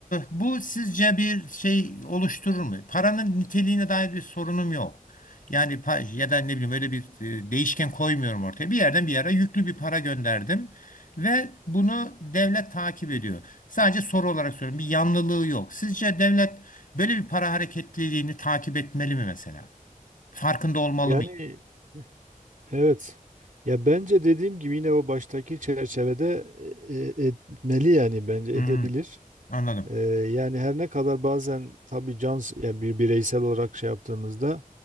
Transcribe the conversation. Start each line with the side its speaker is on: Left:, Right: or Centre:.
Left: e, bu sizce bir şey oluşturur mu? Paranın niteliğine dair bir sorunum yok. Yani pa- ya da ne bileyim öyle bir e, değişken koymuyorum ortaya. Bir yerden bir yere yüklü bir para gönderdim ve bunu devlet takip ediyor. Sadece soru olarak söylüyorum. Bir yanlılığı yok. Sizce devlet böyle bir para hareketliliğini takip etmeli mi mesela? Farkında olmalı
Right: Yani
Left: mı?
Right: evet. Ya bence dediğim gibi yine o baştaki çerçevede e, e, etmeli yani bence
Left: Hı,
Right: edebilir.
Left: anladım.
Right: Ee, yani her ne kadar bazen tabii can yani bir bireysel olarak şey yaptığımızda